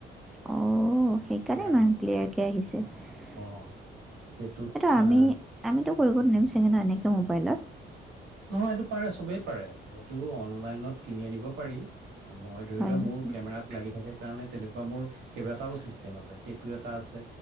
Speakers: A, in the centre; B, on the right (about 85°).
A: অ সেইকাৰণে
B: ক্লিয়াৰ
A: ইমান
B: হয়
A: ক্লিয়াৰ কে আহিছে।
B: অ সেইটোত
A: এইটো আমি
B: আহ
A: আমিতো কৰিব নেম চেঙেনা এনেকা মোবাইলত
B: নহয় এইটো পাৰে চবেই পাৰে এইটো অনলাইনত কিনি আনিব পাৰি মই ধৰি
A: হয়
B: লোৱা
A: নেকি?
B: মোৰ কে কেমেৰাত লাগি থাকে কাৰণে তেনেকুৱা মোৰ কেইবাটাও চিষ্টেম আছে, সেইটো এটা আছে